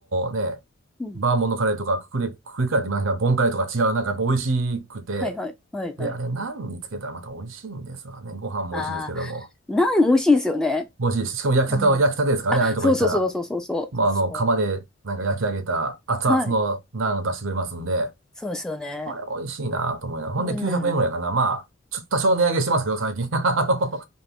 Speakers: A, on the right (about 70°); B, in the centre.
A: のね、
B: うん。
A: バーモントカレーとかククレ、ククレカレーって言いますか、ボンカレーとか違う、なんかやっぱ美味しくて、
B: はい、はい、はい、
A: で、
B: はい。
A: あれ何につけたらまた美味しいんですわね。ご飯も美味しいですけども。
B: あー、ナン美味しいですよね。
A: 美味しいし、しかも焼きたての、
B: うん。
A: 焼きたてですからね、ああいうとこ行ったら。
B: そうそうそうそうそうそう。
A: まあ、
B: そ
A: あの、釜でなんか焼き上げた熱々のナンを出してくれますんで、
B: う。はい。そうですよね。
A: これ美味しいなと思いながら。ほんで900円ぐらいかな。
B: うん。
A: まあ、ちょっと多少値上げしてますけど、最近。<laughs> あの